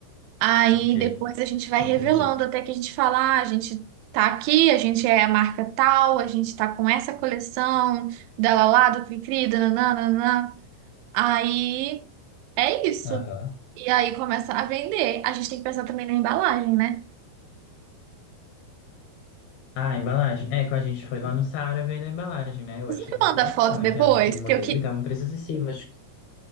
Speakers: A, on the right (about 85°); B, on the left (about 75°).
A: Aí
B: ok,
A: depois a gente vai
B: entendi.
A: revelando até que a gente fala, ah, a gente tá aqui, a gente é a marca tal, a gente tá com essa coleção dela lá, do Cri-Cri, dananã, dananã. Aí é isso.
B: Aham.
A: E aí começa a vender. A gente tem que pensar também na embalagem, né?
B: Ah, a embalagem. É, quando a gente foi lá no Saara vendo a embalagem, né? Eu
A: Você
B: achei
A: me
B: muito
A: manda
B: bacana
A: a foto depois,
B: aquele, aquele modelo
A: que eu que.
B: e tava um preço acessível, acho que.